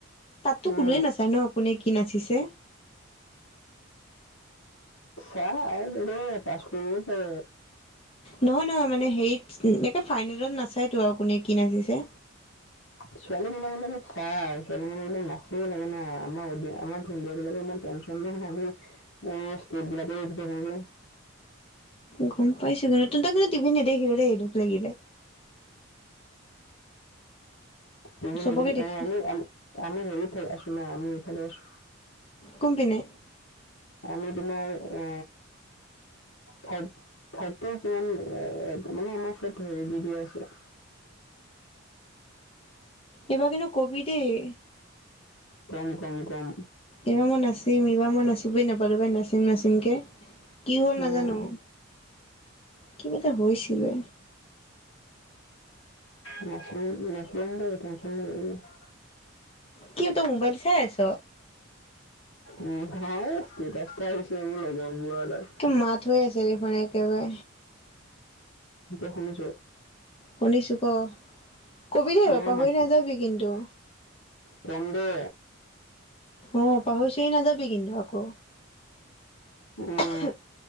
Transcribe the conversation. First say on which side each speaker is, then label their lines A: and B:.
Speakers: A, on the left; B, on the left.
A: তাতো
B: উম
A: কোনোৱে নাচায় ন? কোনে কি নাচিছে?
B: চাহ আৰু বুলো পাচ কৰিছে।
A: নহয় নহয় মানে হেৰিত একে ফাইনেলত নাচাইতো আৰু কোনে কি নাচিছে?
B: ছোৱালীবিলাক মানে চাই, ছোৱালী মানুহবিলাক নাচে লাগে ন আমাৰ আমাৰ ঢোলীয়া বিলাকে ইমান প আমি ষ্টেট বিলাকে <unintelligible>
A: গম পাইছো কিন্তু তু তাক কিন্তু টিভিত নেদেখিলো দেই দুখ লাগিলে।
B: নিদি
A: চবকে
B: <inaudible> ম
A: দেখি
B: আহ আমি আ আমি হেৰি থাই আছো না আমি এইফালে আছো।
A: কোন পিনে?
B: আমি তোমাৰ এ থা থাৰ্টি কিমান মানে আমাৰ ওপৰত হেৰি দি দিয়া আছে।
A: এইবাৰ কিন্তু কবি দেই।
B: কম কম কম।
A: এইবাৰ মই নাচিম, এইবাৰ মই নাচিবই নাপালো বাই নাচিম নাচিমকে, কি হল
B: উম,
A: নাজানো? কিবা এটা হৈছিলে?
B: নাছিল নাছিলান দে েনন ল <unintelligible>
A: কি তই মোবাইল চাই আছ?
B: উম, নাই ষ্টেটাচ এতা আহিছে এইবোৰ লগৰবোৰটাই।
A: এক মাত হৈ আছে দেখোন একেবাৰে।
B: এতিয়া শুনিছ?
A: শুনিছোঁ ক, কবি দেই
B: মই
A: পাহৰি
B: মাত
A: নাযাবি কিন্তু?
B: কম দে।
A: অ' পাহৰি - চাহৰি নাযাবি কিন্তু আকৌ।
B: অ
A: আহা